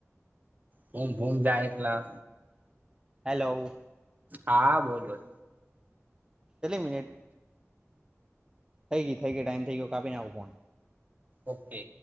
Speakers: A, on the right; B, on the right.
A: ભુમ ભુમ જા એટલા
B: હેલો
A: હા બોલ બોલ
B: કેટલી મિનિટ કઈ નઈ થઈ ગ્યો ટાઈમ થઈ ગયો કાપી નાખો ફોન
A: ઓકે